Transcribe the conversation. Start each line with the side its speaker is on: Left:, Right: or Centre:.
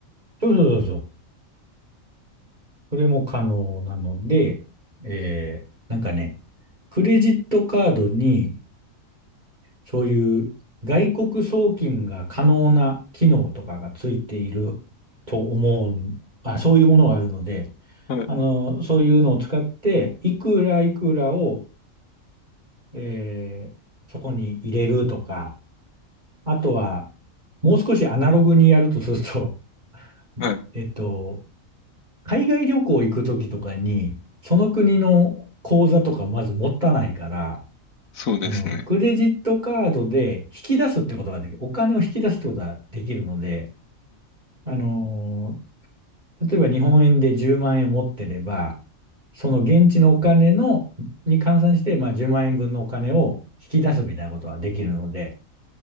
Right: そうそうそうそう。それも可能なので、えー、なんかね、クレジットカードに、そういう外国送金が可能な機能とかがついていると思うん、あ、そういうものがあるので、
Left: はい、
Right: あの、そういうのを使って、いくらいくらを、えーそこに入れるとか、あとは、もう少しアナログにやるとすると、<laughs>
Left: はい、
Right: えっと、海外旅行行くときとかに、その国の口座とかまず持たないから、
Left: そうですね。
Right: あの、クレジットカードで引き出すってことができる。お金を引き出すってことができるので、あのー、例えば日本円で10万円持ってれば、その現地のお金の、に換算して、まあ10万円分のお金を引き出すみたいなことができるので、